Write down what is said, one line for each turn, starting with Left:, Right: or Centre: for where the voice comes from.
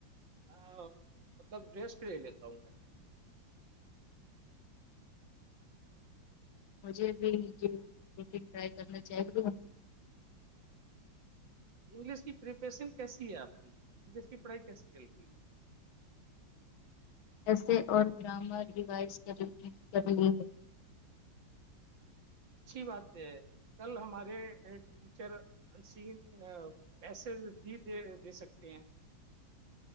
Right: ہ مطلب ڈریس کے لے لیتا ہوں میں
Left: مجھے بھی یہ روٹین ٹرائی کرنا چاہیے
Right: انگلش کی پریپریشن کیسی ہے آپ کی انگلش کی پڑھائی کیسی چل رہی ہے
Left: کیسے اور گرامر ریوائز کر کرنی ہے
Right: اچھی بات ہے کل ہمارے ٹیچر انین پیس بھی دے دے سکتے ہیں